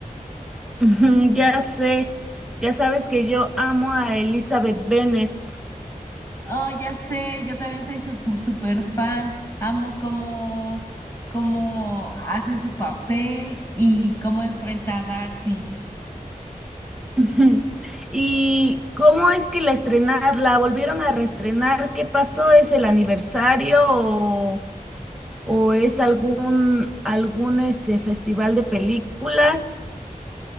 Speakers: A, in the centre; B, on the left.
A: <laughs> Ujú, Ya sé, ya sabes que yo amo a Elizabeth Bennet.
B: Oh, ya sé, yo también soy su super fan. Amo cómo, cómo hace su papel y cómo enfrenta a Darcy.
A: <laughs> Ujú. ¿Y cómo es que la estrenar, la volvieron a reestrenar? ¿Qué pasó? ¿Es el aniversario o, o es algún, algún este, festival de películas?